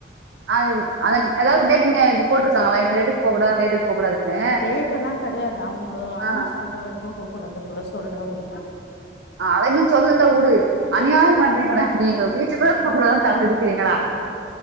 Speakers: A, on the right; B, on the left.
A: அது அது எதாவது டேட் மே போட்டுருக்காங்களா இந்த டேட்டுக்கு போ கூடாது அந்த டேட்டுக்கு போக கூடாதுன்னு
B: டேட் எல்லாம் கெடையாது அவங்க அனௌன்ஸ்
A: ஆ,
B: பண்ற வரைக்கும் போ கூடாது போல சொல்ற வரை
A: ஆ அத இன்னும் சொல்லல உடு அநியாயம் பண்றீங்களே நீங்க பீச்சிக்கு போக்கூடாதுன்ட்டாங்கனா விட்ருவீங்களா